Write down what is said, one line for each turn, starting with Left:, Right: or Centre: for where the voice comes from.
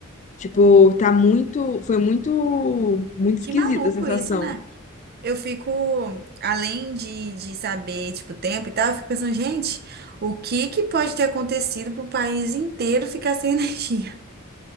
Left: Tipo, tá muito. Foi muito. Muito esquisita
Right: que maluco
Left: a sensação.
Right: isso, né? Eu fico, além de, de saber, tipo, o tempo e tal, eu fico pensando, gente, o que que pode ter acontecido pro país inteiro ficar sem <laughs> energia?